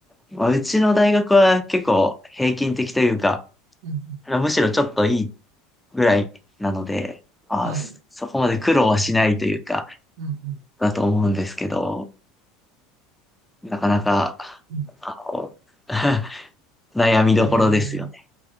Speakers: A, in the centre; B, on the right (about 70°).
A: まあ、うちの大学は結構平均的というか、
B: うん、
A: あのむしろちょっといいぐらいなので、まあー、
B: はい。
A: そそこまで苦労はしないというか、
B: うん、うん、
A: だと思うんですけど、なかなか、
B: うん。
A: あの <laughs> 悩みどころですよね。
B: ええ、